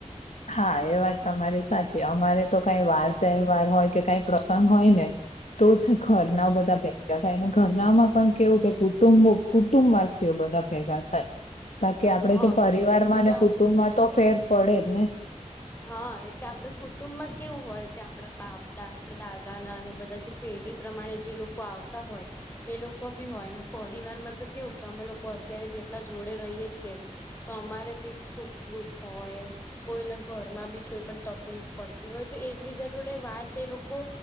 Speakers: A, on the left (about 65°); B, on the left (about 15°).
A: હા એ વાત તમારી સાચી અમારે તો કઈ વાર તહેવાર હોય કે કઈ પ્રસંગ હોય ને તો છે, ઘરના બધા ભેગા થાયને ઘરનામાં પણ કેવું કે કુટુંબો કુટુંબવાસીઓ બધા ભેગા થાય બાકી આપડે
B: હા
A: તો પરિવારમાં
B: એટલે
A: ને
B: અમા
A: કુટુંબમાં તો ફેર પડે જ ને
B: હા એટલે આપડ કુટુંબમાં કેવું હોય કે આપડા બાપ દા આપણા દાદાના અને બધા જે પેઢી પ્રમાણે જે લોકો આવતા હોય એ લોકો બી હોય ને પરિવારમાં તો કેવું કે અમે લોકો અત્યારે જેટલા જોડે રહીએ છીએ તો અમારે કઈક સુખ દુઃખ હોય કોઈને ઘરમાં બી કોઈ પણ તકલીફ પડતી હોય તો એકબીજા જોડે વાત એ લોકો